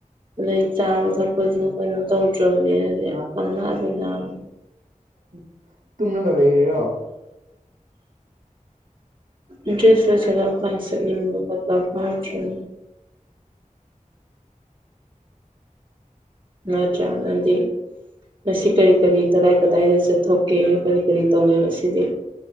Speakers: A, on the right; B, on the right.
A: ꯑꯗꯩ ꯆꯥꯕ ꯊꯛꯄꯁꯨ ꯀꯩꯅꯣ ꯇꯧꯗ꯭ꯔꯕꯅꯤꯅ‌ꯦ
B: ꯍꯥ
A: ꯄꯪꯅꯗ ꯅꯔ‌ꯦ
B: ꯎꯝ ꯇꯨꯝꯔꯒ ꯂꯩꯔꯤꯔꯣ
A: ꯏꯇꯔꯦꯁ ꯂ‌ꯣꯏꯁꯤꯟꯂ ꯀꯂꯥꯁ ꯆꯠꯅꯤꯡ <unintelligible> ꯅꯠꯇꯔ ꯅꯪꯗꯤ ꯃꯁꯤ ꯀꯔꯤ ꯀꯔꯤ ꯀꯗꯥꯏ ꯀꯗꯥꯏꯗ ꯆꯠꯊꯣꯛꯀꯦ ꯀꯔꯤ ꯀꯔꯤ ꯇꯧꯏꯦ ꯃꯁꯤꯗꯤ